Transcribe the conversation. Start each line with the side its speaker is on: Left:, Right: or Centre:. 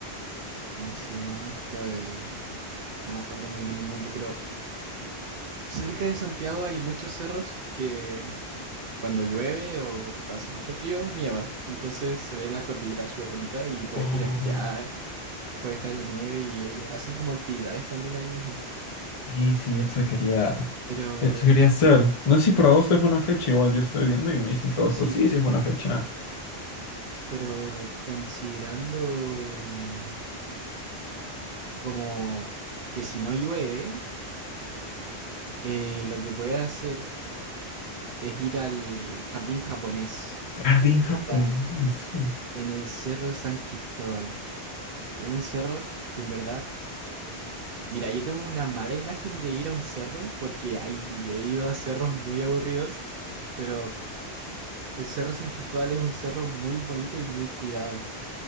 Right: ¿cómo se llama? Lo de- no me acuerdo muy bien el nombre, pero cerca de Santiago hay muchos cerros que Cuando llueve o hace mucho frío, nieva. Entonces se ve la cordillera súper bonita y puedes
Left: Oh,
Right: ir a esquiar, puedes estar en la nieve y, ahí hacen como actividades también ahí mismo.
Left: sí, sí, eso quería,
Right: Pero
Left: eso quería hacer. No sé si por agosto es buena fecha, igual yo estoy viendo y me dicen que agosto
Right: sí,
Left: sí, sí es buena fecha.
Right: pero considerando mm, como que si no llueve, eh, lo que puedes hacer es ir al jardín japonés
Left: Jardín
Right: que
Left: japonés.
Right: está en el Cerro San Cristóbal, que es un cerro que en verdad Mira, yo tengo una mala imagen de ir a un cerro porque hay- he ido a cerros muy aburridos, pero el Cerro San Cristóbal es un cerro muy bonito y muy cuidado.